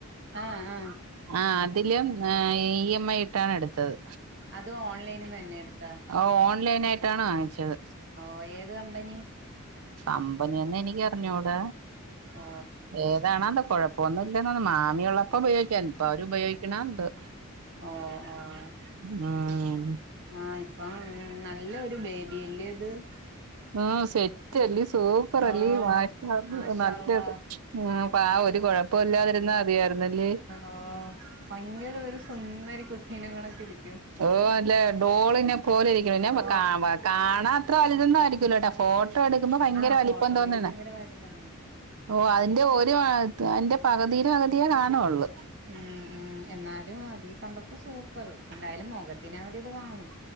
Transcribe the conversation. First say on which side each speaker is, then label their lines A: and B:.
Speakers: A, on the right; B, on the right.
A: ആഹ് ആഹ്
B: അഹ് അതിലും ഇ എം ഐ ഇട്ടാണ് എടുത്തത്.
A: അത് ഓൺലൈനിൽ നിന്ന് തന്നെ എടുത്തെ?
B: ഓ ഓൺലൈൻ ആയിട്ടാണ് വാങ്ങിച്ചത്.
A: ഓഹ് ഏത് കമ്പനി?
B: കമ്പനിയെന്നും എനക്കറിഞ്ഞൂടാ
A: ഓ
B: ഏതാണോ എന്തേ കൊഴപ്പ- പ്പൊമൊന്നുമില്ലാന്ന് തോന്നണ് മാമിയുള്ളപ്പോ ഉപയോഗിക്കാരുന്നു ഇപ്പൊ അവരു ഉപയോഗിക്കണോ എന്തോ?
A: ഓഹാ ഓ..
B: ഉം
A: ആഹ് ഇപ്പം നല്ലൊരു ബേബിയില്ലേ ഇത്-
B: ആഹ് സെറ്റ് അല്ലേ സൂപ്- പ്പറല്ലേ
A: ഓ
B: വാ
A: മാഷാ
B: നല്ലത്
A: അള്ളാ
B: ഉം ആ ഒരു കുഴപ്പല്ലാതിരുന്നാതി ആയിരുന്നല്ലേ
A: ഓഹ് ഭയങ്കര ഒരു സുന്ദരി കുട്ടീനെ കണക്ക് ഇരി-
B: ഓഹ് അല്ലേ ഡോളിനെ പോലെ ഇരിക്കണന്നെ
A: ഓ
B: കാ കാണാൻ അത്ര വലുതൊന്ന ആയിരിക്കല ട്ടാ ഫോട്ടോ എടുക്കുമ്പോ ഭയങ്കര
A: ആഹ്
B: വലിപ്പം
A: ഫോട്ടോയില്
B: തോന്നാണ്
A: ഭയങ്കര വലുതാണ്
B: ഓ അതിന്റെ ഒരു അ അന്റെ പകുതിയില പകുതിയേ കാണുവൊള്ളു.
A: ഉം ഉം എന്നാലും അതി കണ്ടപ്പോ സൂപ്പറ് എന്തായാലും മുഖത്തിന് അവടെ ഇത് കാണും.